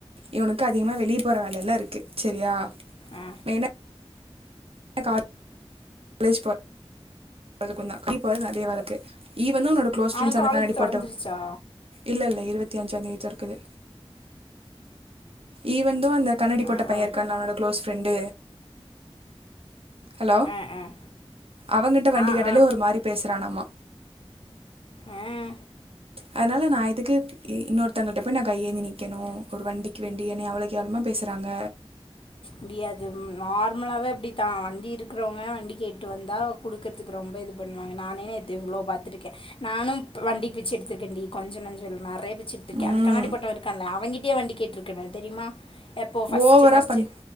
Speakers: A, on the right; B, on the left.
A: இவனுக்கு அதிகமா வெளிய போற வேலலா இருக்கு செரியா
B: ஆ
A: மெய்ன எனகா காலேஜ் போர் அதுக்கு தான் நீ போறது அதே வேலைக்கு இவ் வந்து உன்னோட குளோஸ் ஃப்ரெண்ட்ஸ்
B: அவனுக்கு
A: அந்த
B: காலேஜ்
A: கண்ணாடி போட்ட
B: திறந்துருச்சா
A: இல்லல் இருவத்தி அஞ்சாம் தேதி தொகுது ஈவன் இதுவு அந்த கண்ணாடி போட்ட
B: ஆ
A: பையன்
B: ஆ
A: இருக்கான்ல அவனோட குலோஸ் ரெண்டு ஹலோ
B: ஆ ஆ
A: அவங்கிட் ட்ட வண்டி
B: ஆ
A: கடேல ஒரு மாரி பேசுறா வேணாமா
B: ஆ ஆ
A: அதுனால நா எதுக்கு இன்னோர் தங்கிட்ட போய் நா கையேந்தி நிக்கணும் ஒரு வண்டிக்கு வேண்டி என்னய அவ்ள கேவலமா பேசுறாங்க
B: முடியாது நார்மலாவே அப்டித்தான் வண்டி இருக்குறவங்க வண்டி கேட்டு வந்தா குடுக்கறதுக்கு ரொம்ப இது பண்ணுவாங்க நானே நேத்து இவ்ளோ பாத்துருக்கேன் நானு வண்டி பிச்ச எடுத்துருக்கேன் டி கொஞ்ச நஞ்சல்ல நெறைய பிச்ச எடுத்துருக்கேன்
A: ம்
B: அந்த கண்ணாடி போட்டவன் இருக்கான்ல அவங்கிட்டயே வண்டி கேட்டுருக்கே நானு தெரியுமா எப்போ பஸ்ட்டு
A: ஓவரா
B: பஸ்ட்டு
A: பண்